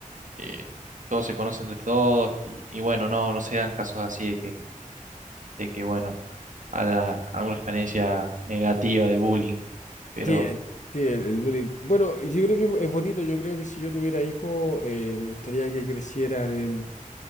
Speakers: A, on the right; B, on the left.
A: eh, todos se conocen de todos y, y bueno, no, no se dan casos así de que de que, bueno, a la- alguna experiencia negativa de bullying, pero
B: Sí, eh, sí, el, el bullying. Bueno, yo creo que es bonito, yo creo que si yo tuviera hijos, eh, me gustaría que crecieran en,